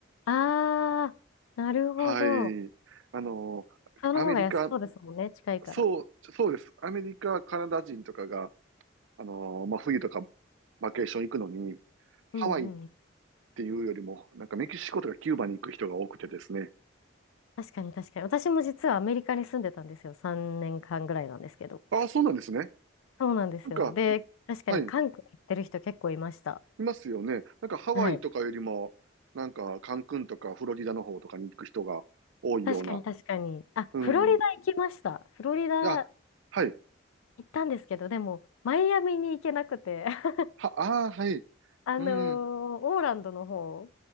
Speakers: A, on the left; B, on the right.
A: ああ、なるほど。
B: はい。あの、
A: その方が安そうですもんね、
B: アメリカ、
A: 近いから。
B: そう、そうです。アメリカ、カナダ人とかが、あの、まあ、冬とかバケーション行くのに、ハワイっ
A: うんうん。
B: ていうよりも、なんかメキシコとかキューバに行く人が多くてですね。
A: 確かに確かに。私も実はアメリカに住んでたんですよ。3年間ぐらいなんですけど。
B: ああ、そうなんですね。
A: そうなんですよ。
B: なんか、
A: で、確かに韓国行ってる人結構いました。
B: はい、いますよね。なんかハワイとかよりも、
A: はい。
B: なんかカンクンとかフロリダの方とかに行く人が多いような。
A: 確かに確かに。あ、
B: うん。
A: フロリダ行きました。
B: い
A: フロリダ
B: や、はい。
A: 行ったんですけど、でも、マイアミに行けなくて、<laughs>
B: は、ああ、はい。
A: あのー
B: うん。
A: オーランドの方、